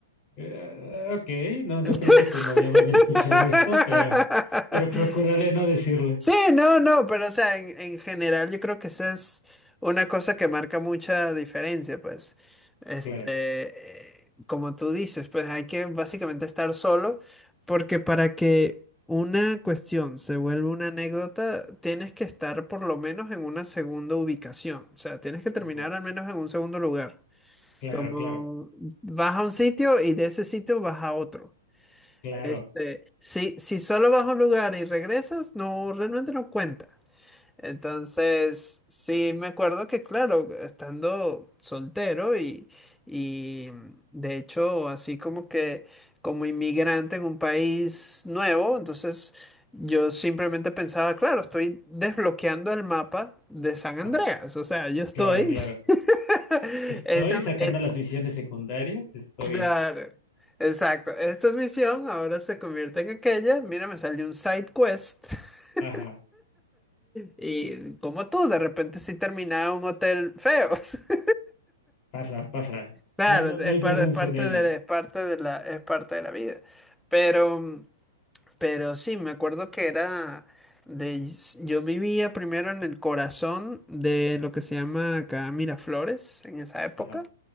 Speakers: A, on the left; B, in the centre.
A: Eh, ok, no,
B: <laughs>
A: no creo que tu novia vaya a escuchar esto, pero, pero procuraré no decirle.
B: Sí, no, no, pero o sea, en, en general yo creo que esa es una cosa que marca mucha diferencia, pues, este,
A: Claro,
B: eh, como tú dices, pues hay que básicamente estar solo, porque para que una cuestión se vuelva una anécdota, tienes que estar por lo menos en una segunda ubicación, o sea, tienes que terminar
A: wow,
B: al menos en un segundo lugar,
A: claro,
B: como
A: claro,
B: vas a un sitio y de ese sitio vas a otro.
A: claro,
B: Este, si, si solo vas a un lugar y regresas, no, realmente no cuenta. Entonces, sí, me acuerdo que, claro, estando soltero y, y de hecho, así como que como inmigrante en un país nuevo, entonces yo simplemente pensaba, claro, estoy desbloqueando el mapa de San Andreas,
A: ajá,
B: o sea, yo estoy...
A: claro, claro.
B: <laughs>
A: Estoy
B: Esta,
A: sacando
B: es-
A: las misiones secundarias, estoy,
B: claro, exacto, esta misión ahora se convierte en aquella, mira, me salió un side quest <laughs>
A: ajá,
B: Y como tú, de repente sí terminaba en un hotel feo. <laughs>
A: pasa, pasa.
B: Claro,
A: No, no,
B: es
A: no hay
B: parte,
A: vergüenza
B: es parte
A: en ello.
B: de es parte de la, es parte de la vida. Pero, pero sí, me acuerdo que era de, yo vivía primero en el corazón de lo que se llama acá Miraflores en esa época.
A: Ajá,